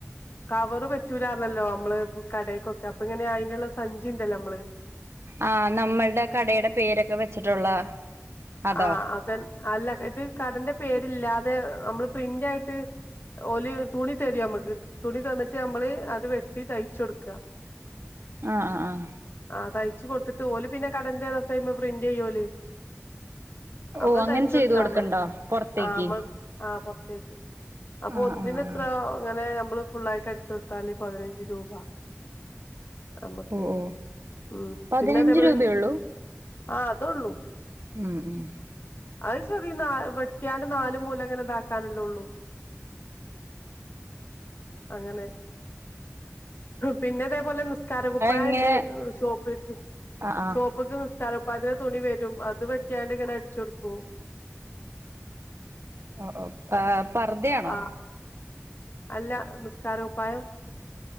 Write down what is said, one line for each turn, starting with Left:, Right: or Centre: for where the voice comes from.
Left: കവറ് പറ്റൂലാർഞ്ഞല്ലോ മ്മള് കടേക്കൊക്കെ അപ്പൊങ്ങന്യാ അയിന്ള്ള സഞ്ചിണ്ടല്ലാെ മ്മള്
Right: ആഹ് നമ്മൾടെ കടേടെ പേരൊക്കെ വെച്ചിട്ടുള്ള അതോ
Left: ആഹ് അതൻ അല്ല ഇത് കടന്റെ പേര്ല്ലാതെ നമ്മള് പ്രിന്റായിട്ട് ഓല് തുണി തെരും ഞമ്മക്ക് തുണി തന്നിട്ട് ഞമ്മള് അത് വെട്ടി തയ്ച്ചൊട്കാ <inaudible>
Right: ആഹ് ആഹ് ആഹ്
Left: ആഹ് തയ്ച്ച് കൊട്ത്ത്ട്ട് ഓല് പിന്നെ കടന്റേതൊക്കെയ്മെ പ്രിന്റെയ്യോല് അമ്മള്
Right: ഓ അങ്ങനെ
Left: തയ്ചൊട്ത്താമതി
Right: ചെയ്തു കൊടുക്കണ്ടോ പുറത്തേക്ക്
Left: ആഹ് മ്മൾ ആഹ് പൊർതോയിട്ട് അപ്പൊ
Right: ആ
Left: ഒന്നിന്
Right: ആ ആ
Left: ത്രോ ങ്ങെനെ അമ്മള് ഫുള്ളായിട്ട് അടിച്ചൊട്താല് പതിനഞ്ച് രൂപ അമ്മക്ക്
Right: ഓ ഓ
Left: ഉം
Right: പതിനഞ്ച്
Left: പിന്നെ അതേപോലെ
Right: രൂപയള്ളൂ
Left: ആഹ് അതൊള്ളൂ
Right: ഉം ഉം
Left: അത് ചെറീ നാ വെട്ട്യാണ്ട് നാല് മൂലങ്ങനെതാക്കാനല്ലെ ഒള്ളൂ അങ്ങനെ പിന്നെതേ പോലെ നി സ്കാര കുപ്പായണ്ട്
Right: ഇങ്ങനെ
Left: ഷോപ്പിൽക്ക്
Right: ആ ആ
Left: ഷോപ്പ്ക്ക് നിസ്കാരകുപ്പായത്തിന്റെ തുണി വെരും അത് വെ ട്ട്യാണ്ട്ങ്ങെനെ അട്ച്ചൊട്കും
Right: ഓഹ് ഓഹ് പാ പർദെയാണോ
Left: ആ അല്ല നിസ്കാര കുപ്പായം